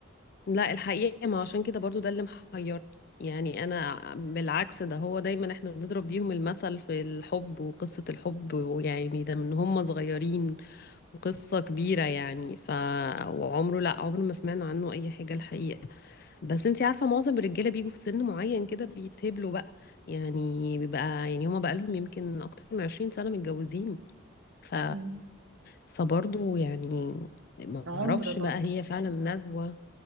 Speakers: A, on the left; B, on the right.
A: لا الحقيقة ما عشان كده برضو ده اللي محيرني يعني أنا بالعكس ده هو دايما إحنا بنضرب بيهم المثل في الحب وقصة الحب ويعني ده من هم صغيرين وقصة كبيرة يعني ف وعمره لا عمره ما سمعنا عنه أي حاجة الحقيقة بس انتي عارفة معظم الرجالة بيجوا في سن معين كده بيتهبلوا بقى يعني بيبقى يعني هما بقى لهم يمكن أكتر من عشرين سنة متجوزين ف
B: مم.
A: فبرضه يعني ما
B: عمر
A: اعرفش
B: برضه
A: بقى هي فعلا نزوة